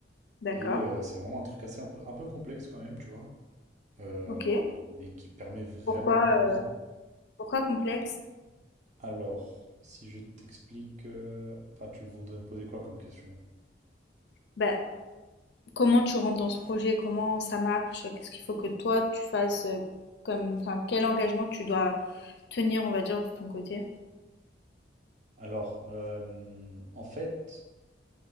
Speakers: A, on the left; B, on the right.
A: d'accord.
B: Et euh, c'est vraiment un truc assez un peu, un peu complexe quand même, tu vois, euh,
A: OK.
B: mais qui permet vraiment,
A: Pourquoi,
B: vraiment...
A: heu, pourquoi complexe?
B: Alors, si je t'explique... euh, Enfin, tu voudrais me poser quoi comme question?
A: Bah Comment tu rentres dans ce projet? Comment ça marche? Qu'est-ce qu'il faut que toi tu fasses euh, comme, enfin, quel engagement tu dois tenir, on va dire, de ton côté?
B: Alors, euh, en fait,